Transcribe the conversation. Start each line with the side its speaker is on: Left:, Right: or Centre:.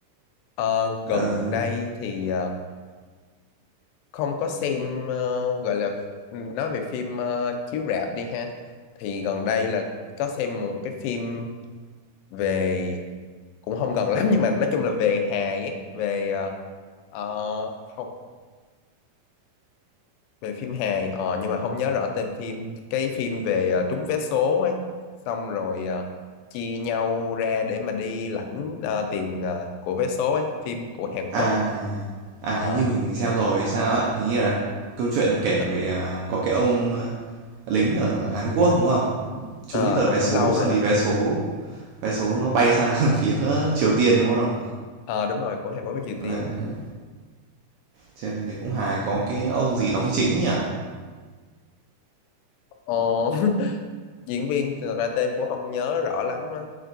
Left: ờ,
Right: Ờ.
Left: gần đây thì ờ, không có xem ờ, gọi là ừ, nói về phim ờ, chiếu rạp đi ha thì gần đây là có xem một cái phim về cũng không gần lắm nhưng mà nói chung là về hài ấy về ờ, ờ, học về phim Hàn ờ nhưng mà không nhớ rõ tên phim cái phim về ờ, trúng vé số ấy xong rồi ờ, chia nhau ra để mà đi lãnh ờ, tiền ờ, của vé số ấy phim của Hàn
Right: À,
Left: Quốc
Right: à, hình
Left: ờ
Right: như mình xem rồi hay sao á, hình như là câu chuyện nó kể
Left: ờ,
Right: về, à, có cái ông, a, lính ở Hàn Quốc, đúng không? Trúng
Left: ờ,
Right: cái tờ
Left: nó
Right: vé
Left: cũng
Right: số
Left: lâu
Right: xong
Left: rồi đó
Right: thì vé số vé số nó bay sang <laughs> phía Triều Tiên, đúng không?
Left: ờ đúng rồi của Hàn Quốc với Triều
Right: Đấy,
Left: Tiên
Right: đấy, xem phim đấy cũng hài, có cái ông gì đóng chính nhỉ?
Left: ờ, <laughs> diễn viên thì thật ra tên cũng không nhớ rõ lắm á.